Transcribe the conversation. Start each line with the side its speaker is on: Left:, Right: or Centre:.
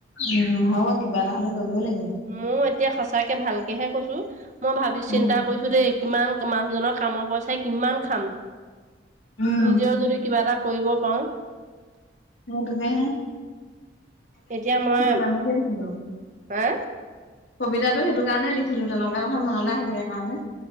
Left: উম হ'য় কিবা এটা হ'লেও কৰিবই লাগিব।
Right: ময়ো এতিয়া সঁচাকে ভালকেহে কৈছো মই ভাবি
Left: উম।
Right: চিন্তা কৰিছো দেই। কিমান মানুহজনৰ কামৰ পইচাই কিমান খাম।
Left: উম,
Right: নিজেও যদি কিবা এটা কৰিব পাৰো।
Left: মোৰ তোবেহে
Right: এতিয়া মই
Left: কাৰণেহে লিখিলো।
Right: হা।
Left: কবিতাটো সেইটো কাৰণে লিখিলো তেনেকুৱা কথা মনলৈ আহি থাকে কাৰণে।